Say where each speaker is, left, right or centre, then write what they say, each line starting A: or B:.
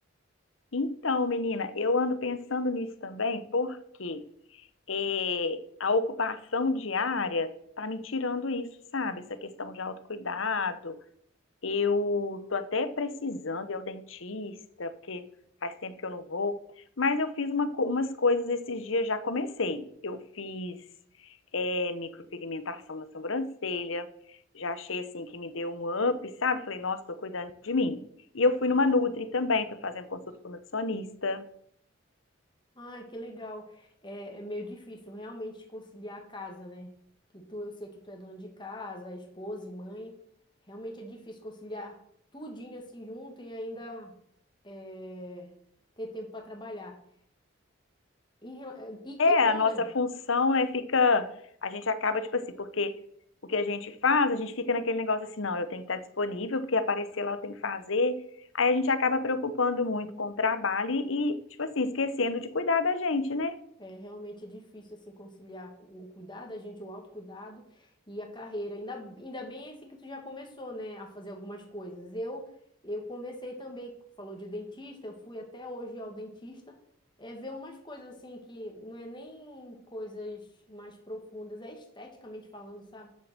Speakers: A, on the left; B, on the left.
A: Então, menina, eu ando pensando nisso também, porque eh, a ocupação diária tá me tirando isso, sabe? Essa questão de autocuidado, Eu tô até precisando ir ao dentista, porque faz tempo que eu não vou. Mas eu fiz uma co- umas coisas esses dias, já comecei. Eu fiz é, micropigmentação na sobrancelha. Já achei assim que me deu um up, sabe? Falei, nossa, tô cuidando de mim. E eu fui numa Nutri também, tô fazendo consulta com nutricionista.
B: Ai, que legal. É, é meio difícil realmente conciliar a casa, né? Que tu, eu sei que tu é dona de casa, esposa e mãe. Realmente é difícil conciliar tudinho assim junto e ainda é, ter tempo para trabalhar. Em rela- E que
A: É,
B: bom,
A: a nossa
B: né?
A: função, né, fica, a gente acaba, tipo assim, porque o que a gente faz, a gente fica naquele negócio assim, não, eu tenho que estar disponível, porque aparecer lá eu tenho que fazer. Aí a gente acaba preocupando muito com o trabalho e, e, tipo assim, esquecendo de cuidar da gente, né?
B: É realmente difícil assim conciliar cu- o cuidado a gente, o autocuidado e a carreira. Ainda, ainda bem assim que tu já começou, né, a fazer algumas coisas. Eu eu comecei também, tu falou de dentista, eu fui até hoje ao dentista, é ver umas coisas assim que não é nem coisas mais profundas, é esteticamente falando, sabe?